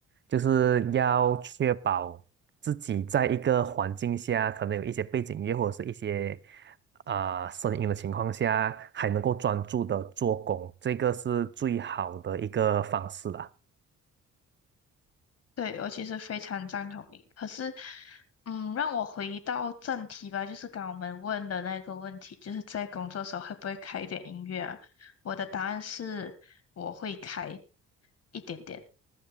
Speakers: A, on the right; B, on the left.
A: 就是要确保自己在一个环境下，可能有一些背景音乐或者是一些啊、呃声音的情况下，还能够专注的做工，这个是最好的一个方式啦。
B: 对，我其实非常赞同你。可是，嗯，让我回到正题吧，就是刚刚我们问的那个问题，就是在工作时候会不会开一点音乐啊？我的答案是我会开一点点。